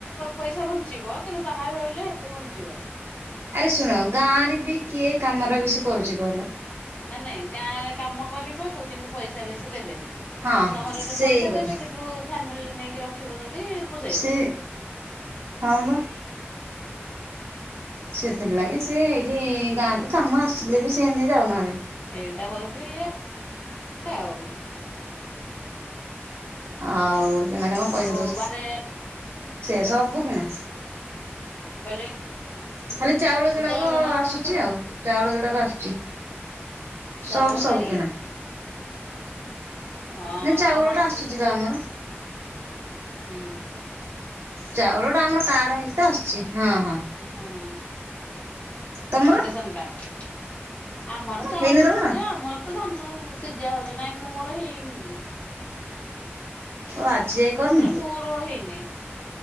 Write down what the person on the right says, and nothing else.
ଆରେ ଶୁଣ ଗାଁରେ ବି କିଏ ଏ କାମଗୁରା ବେଶୀ କରୁଛି କହିଲ।
ହଁ
ସେଇ
କଥା
ସେ ହଁ ବା। ସେଥିରଲାଗି ସେ ଏଇଠି ଗାଁରେ କାମ ଆସିଲେ ବି ସେ ଏନ୍ତି ଯାଉନାହାନ୍ତି।
ଆଉ ସେମାନେ କଣ
ପଇସା ଦଉ
ସେୟା ସବୁ କିଣା।
ଖାଲି ଚାଉଳ
ଯୋଡାକ
ଆସୁଛି
ଆଉ। ଚାଉଳ ଯଡାକ ଆସୁଛି।
ସବୁ ସବୁ
କିଣା
ହେ ଚାଉଳଟା
ଆସୁଛି
ବା ଆମର।
ଚାଉଳ ଟା ଆମର କାର୍ଡ ହେଇଛି ତ ଆସୁଛି। ହଁ ହଁ
ତମର
ହେଇନି
ତମର
ଓ ଆଜି ଯାଏ କରିନ